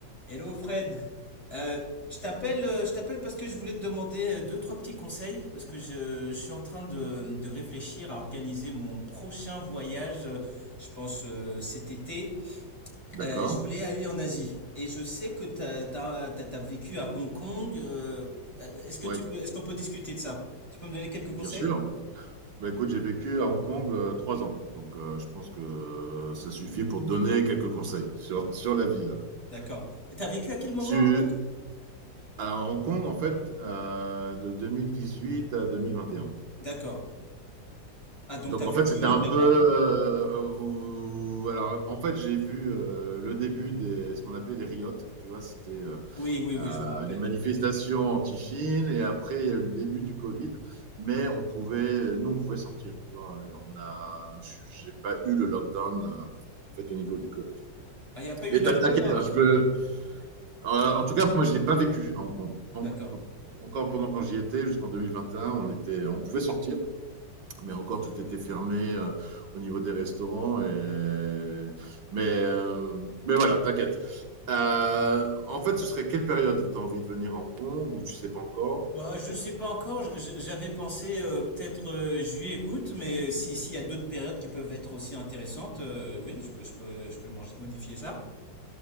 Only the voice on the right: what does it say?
D'accord.
Oui,
bien
sûr. Bah, écoute, j'ai vécu à Hong Kong euh, trois ans, donc euh, je pense que euh, ça suffit pour te donner quelques conseils sur, <laughs> sur la ville.
Tu...
Alors, Hong Kong, en fait, euh, de huit à 2021.
Donc,
en fait,
c'était
un
peu... euh, vous- Alors, en fait, j'ai vu euh, le début des ce qu'on appelait les riots. Tu vois, c'était... euh,
euh,
les manifestations
anti-Chine et après il y a eu le début du Covid, mais on pouvait, nous on pouvait sortir, tu vois. et on a, j'ai pas eu le lockdown euh, en fait au niveau du Covid.
Mais
t'inquiète,
hein,
je
peux. euh, en tout cas, moi je l'ai pas vécu à Hong Kong. Pen-
pen- Encore pendant quand j'y étais, jusqu'en 2021, on était, on pouvait sortir mais encore tout était fermé euh, au niveau des restaurants. Et... Mais, euh, mais voilà, t'inquiète. Euh, en fait, ce serait quelle période Tu as envie de venir à Hong Kong ou tu sais pas encore